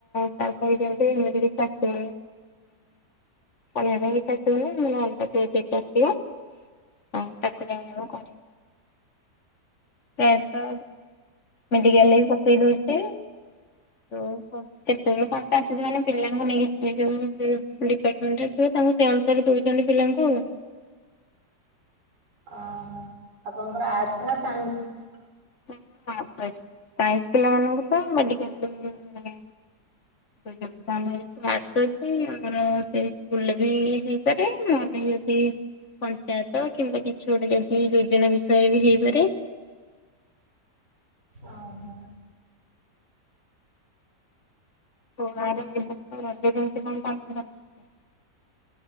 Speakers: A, on the left (about 45°); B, on the right (about 85°).
A: ସାର୍ କହିଛନ୍ତି ଏମିତି <inaudible> <inaudible> ଆସିବ ନହଲେ ଅଲଗା ପ୍ରୋଜେକଟ ଆସିବ। ହଁ ତାକୁ <unintelligible> ପ୍ରାୟତଃ ଆ ମେଣ୍ଟିକଲେ ବି ପକେଇଦୋଉଚି ଏତେବେଳେ କଣ ତ ଆସିଥିବ ମାନେ ପିଲାଙ୍କୁ ନେଇକି ଯୋଉ ଡିପାର୍ଟମେଣ୍ଟିବ ତା ସେ ଅନୁସାରେ କହୁଚନ୍ତି ପିଲାଙ୍କୁ ଆ
B: ଓହୋ ଆପଣଙ୍କର ଆର୍ଟସ୍ ନା ସାଇନ୍ସ?
A: ମୋର ଅର୍ଟସ୍ ଅଛି ସାଇନ୍ସ୍ ପିଲାମାନଙ୍କୁ ତ ମେଡିିକାଲ ଆମର ଯେହେତୁ ଆର୍ଟସ୍ ଅଛି ଆମର ସେ ସ୍କୁଲ ବି ହେଇପାରେ ମାନେ ପଞ୍ଚାୟତ କିମ୍ବା କିଛି ଗୋଟେ ଯଦି ଯୋଜନା ବିଷୟରେ ବି ହେଇପାରେ।
B: ଓହୋ।
A: ଗାଁରେ ଏ ବର୍ଷ ରଜ କେମିତି କଣ ପାଳନ <unintelligible>